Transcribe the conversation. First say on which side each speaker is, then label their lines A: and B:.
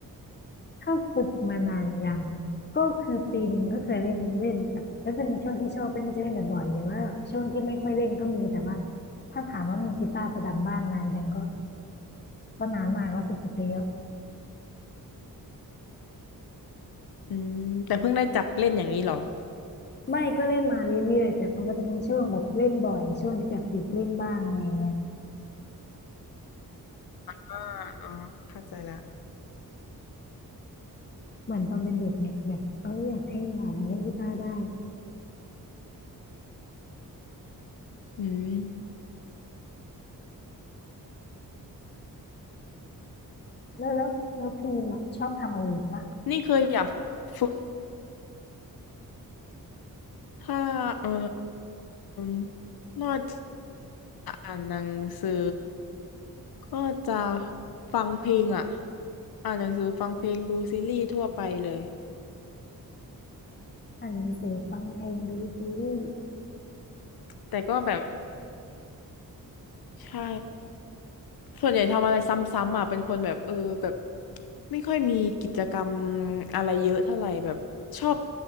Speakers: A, on the left; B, on the left.
A: ถ้าฝึกมานานยังก็คือปีหนึ่งก็เคยเล่นเล่นแบบก็จะมีช่วงที่ชอบเล่นก็จะเล่นบ่อยๆหรว่าช่วงที่ไม่ค่อยเล่นก็มีแต่ว่าถ้าถามว่ามีกีตาร์ประดับบ้านนานยังก็ก็นานมากก็สิบกว่าปีแล้ว
B: อืมแต่เพิ่งได้จับเล่นอย่างนี้เหรอ
A: ไม่ก็เล่นมาเรื่อยๆแต่มันก็จะมีช่วงแบบเล่นบ่อยช่วงที่แบบหยุดเล่นบ้างอะไรอย่างเงี้ย
B: อ่าอ๋อเข้าใจแล้ว
A: เหมือนตอนเป็นเด็กเนี่ยแบบเอออยากเท่หน่อยเล่นกีตาร์ได้
B: อืม
A: แล้วแล้วแล้วพีมอะชอบทำอะไรอีกปะ
B: นี่เคยอยากฝึก ถ้าเอ่มนอกจากอ่านหนังสือก็จะฟังเพลงอ่ะอ่านหนังสือฟังเพลงดูซีรีส์ทั่วไปเลย
A: อ่านหนังสือฟังเพลงดูซีรีส์
B: แต่ก็แบบใช่ส่วนใหญ่ทำอะไรซ้ำๆอ่ะเป็นคนแบบเออแบบไม่ค่อยมีกิจกรรมอะไรเยอะเท่าไหร่แบบชอบ